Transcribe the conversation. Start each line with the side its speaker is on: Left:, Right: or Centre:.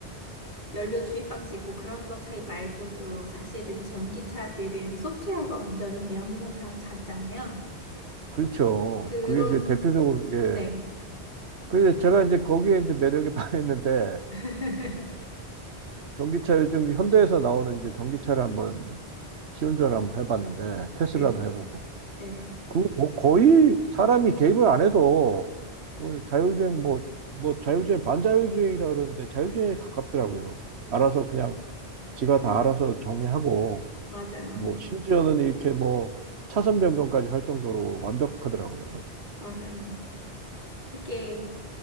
Left: 연료 주입 방식 뭐 그런 것 차이 말고도 사실은 전기차들은 소프트웨어가 완전히 내연기관 차하고 다르잖아요.
Right: 그렇죠.
Left: 그런
Right: 그게 이제 대표적으로 예.
Left: 네.
Right: 그래서 제가 이제 거기에 이제 매력에 <laughs> 반했는데
Left: <laughs>
Right: 전기차 요즘 현대에서 나오는 이제 전기차를 한번 시운전을 한번 해봤는데 테슬라도
Left: 네네.
Right: 해보고
Left: 네네.
Right: 그 뭐 거의 사람이 개입을 안 해도 그 자율주행 뭐 뭐 자율주행 반자율주행이라 그러는데 자율주행에 가깝더라고요. 알아서 그냥 지가 다 알아서 정리하고
Left: 맞아요.
Right: 뭐 심지어는 이렇게 뭐 차선 변경까지 할 정도로 완벽하더라고요.
Left: 맞아요. 그게